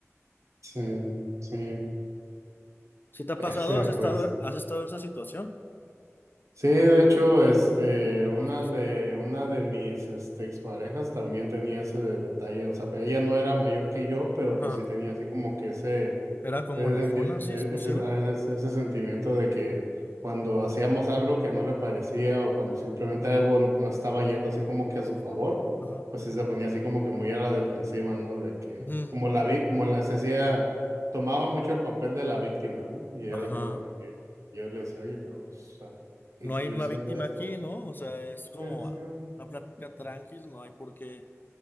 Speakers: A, on the right; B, on the left.
A: sí, sí,
B: si te ha
A: bestia,
B: pasado? ¿Has estado,
A: pues.
B: has estado en esa situación?
A: Sí, de hecho, este,
B: Ajá.
A: una de, una de mis, este, exparejas también tenía ese de- detalle, o sea, pero ella no era mayor que yo, pero
B: Ajá.
A: pues sí tenía así como que ese
B: Era como
A: Ese,
B: enojona,
A: senti- e-
B: así, explosiva.
A: ese- ese- ese sentimiento de que cuando hacíamos algo que no le parecía o cuando simplemente algo no estaba yendo así como que a su favor,
B: Ajá.
A: pues sí se ponía así como que muy a la defensiva, ¿no? De que
B: Ujú.
A: como la vi, como la se hacía, tomaba mucho el papel de la víctima, ¿no? Y era
B: Ajá.
A: como de que yo le decía, oye, pero pues, o sea,
B: No
A: si te
B: hay
A: estoy
B: una
A: diciendo
B: víctima
A: esto.
B: aquí, ¿no? O sea, es como
A: Sí, sí, sí,
B: una plática tranquila, no hay por qué